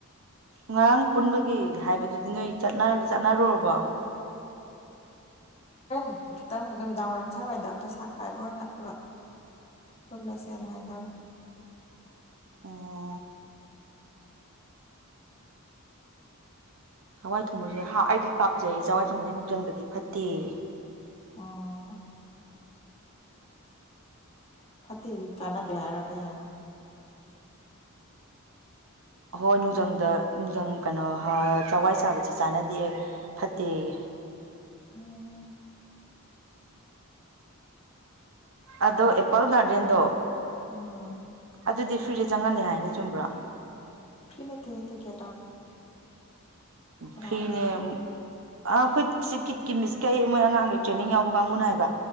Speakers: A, on the right; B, on the left.
A: ꯉꯔꯥꯡ ꯄꯨꯟꯕꯒꯤ ꯍꯥꯏꯕꯗꯨꯗꯤ ꯅꯣꯏ ꯆꯠꯅ ꯆꯠꯅꯔꯨꯔꯕꯣ
B: ꯍꯣꯔꯦꯟ ꯈꯤꯇꯪ ꯅꯨꯃꯤꯗꯥꯡ ꯋꯥꯏꯔꯝ ꯁ꯭ꯋꯥꯏꯗ ꯄꯩꯁꯥ ꯈꯥꯥꯥꯏꯕ ꯑꯣꯏꯅ ꯄꯨꯂꯞ ꯄꯨꯜꯂꯁꯦꯅ ꯍꯥꯏꯅꯕꯅꯦ
A: ꯑꯣ ꯆꯋꯥꯏ ꯊꯣꯡꯕꯖꯦ ꯍꯥ ꯑꯩꯗꯤ ꯄꯥꯝꯖꯩ ꯆꯋꯥꯏ ꯊꯣꯡꯕꯖꯦ ꯅꯨꯡꯖꯪꯗꯗꯤ ꯐꯠꯇꯦꯌꯦ
B: ꯑꯣ ꯐꯠꯇꯦꯗꯤ ꯆꯥꯟꯅꯗꯦ ꯍꯥꯏꯔꯥ ꯀꯩ ꯍꯥꯏꯅꯣ
A: ꯍꯣꯏ ꯅꯨꯡꯖꯪꯗ ꯅꯨꯡꯖꯪ ꯀꯩꯅꯣ ꯍ ꯆꯋꯥꯏ ꯆꯥꯕꯁꯤ ꯆꯥꯟꯅꯗꯦ ꯐꯠꯇꯦꯌꯦ
B: ꯎꯝ
A: ꯑꯗꯣ ꯑꯦꯄꯜ ꯒꯥꯔꯗꯦꯟꯗꯣ
B: ꯎꯝ
A: ꯑꯗꯨꯗꯤ ꯐ꯭ꯔꯤꯗ ꯆꯪꯍꯜꯂꯦ ꯍꯥꯏꯅꯦ ꯆꯨꯝꯕ꯭ꯔꯣ
B: ꯐ꯭ꯔꯤ ꯅꯠꯇꯦꯍꯦ ꯇꯤꯀꯦꯠ ꯇꯧ
A: ꯐ꯭ꯔꯤꯅꯦ
B: ꯍꯥꯏꯅꯣ
A: ꯑ ꯑꯩꯈꯣꯏ ꯁꯤ ꯀꯤꯠꯀꯤ ꯃꯤꯁ ꯀꯩ ꯃꯣꯏ ꯑꯉꯥꯡꯒꯤ ꯇ꯭ꯔꯦꯅꯤꯡ ꯌꯥꯎꯕ ꯀꯥꯡꯕꯨꯅ ꯍꯥꯏꯕ